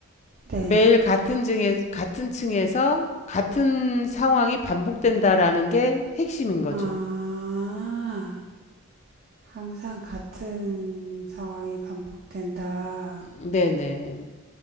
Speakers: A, on the right; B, on the left.
A: 네.
B: 매일 같은 층에 같은 층에서 같은 상황이 반복된다라는 게 핵심인 거죠.
A: 아, 항상 같은 상황이 반복된다.
B: 네네. 네.